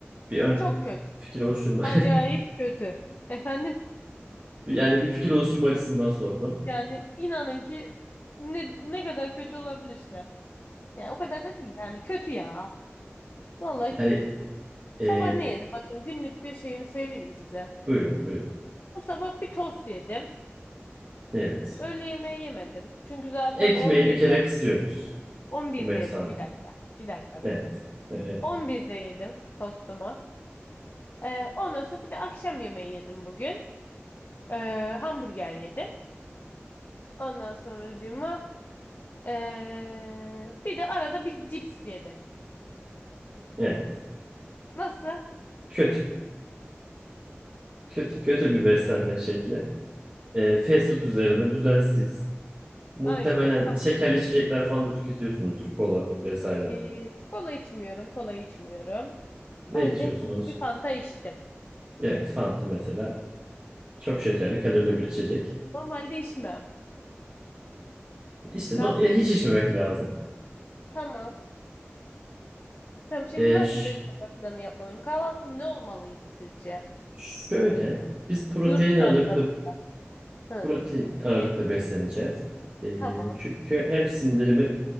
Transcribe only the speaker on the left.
Çok kötü.
Acayip
kötü. Efendim
yani inanın ki ne ne kadar kötü olabilirse. Yani o kadar da değil yani kötü ya. Vallahi
kötü. Sabah
ne yedim? Bakın günlük bir şeyimi söyleyeyim mi size?
Bu sabah bir tost yedim.
Öğle yemeği yemedim. Çünkü zaten
11'de
11'de
yedim.
Bir dakika. Bir dakika bir.
11'de yedim tostumu. Ee, ondan sonra bir de akşam yemeği yedim bugün. Ee, hamburger yedim. Ondan sonracığıma ee, bir de arada bir cips yedim.
Nasıl?
Aynen. Tamam.
Ee, kola içmiyorum. Kola içmiyorum.
Ancak
bu bir Fanta içtim.
Normalde içmem.
Gazlı
Tamam. Tamam şimdi
nasıl
bir beslenme planı yapmalıyım? Kahvaltım ne olmalıydı sizce?
Yurt şartları.
Hı,
tamam.